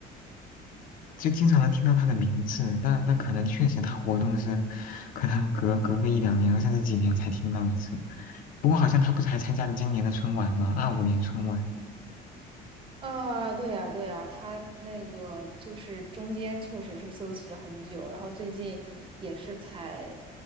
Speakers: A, on the left (about 50°); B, on the right (about 30°).
A: 就经常能听到他的名字，但但可能确实他活动是，可能隔隔个一两年甚至几年才听到一次。不过好像他不是还参加了今年的春晚吗？二五年春晚。
B: 啊，对呀，对呀，他那个就是中间确实是休息了很久，然后最近也是才，